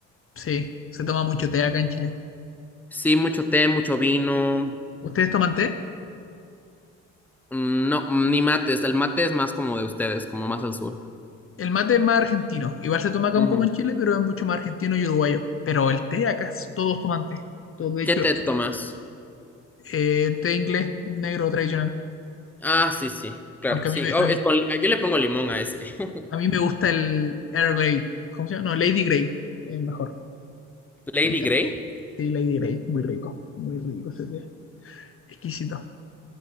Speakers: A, on the left; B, in the centre.
A: Sí, se toma mucho té acá en Chile.
B: Sí, mucho té, mucho vino.
A: ¿Ustedes toman té?
B: mm, No, ni mates. El mate es más como de ustedes, como más al sur.
A: El mate es más argentino. Igual se toma acá
B: Ujú.
A: un poco en Chile, pero es mucho más argentino y uruguayo. Pero el té acá es- todos toman té. Todos, de hecho,
B: ¿Qué té tomas?
A: eh, té inglés negro tradicional.
B: Ah, sí, sí, claro,
A: Aunque
B: sí.
A: a mí me,
B: Oh,
A: a mí,
B: es con- yo le pongo limón a ese. <laughs>
A: a mí me gusta el Earl Grey. ¿Cómo se llama? No, Lady Grey. El mejor.
B: Lady
A: Me encanta.
B: Grey.
A: Sí, Lady Grey. Muy rico. Muy rico ese té. Exquisito.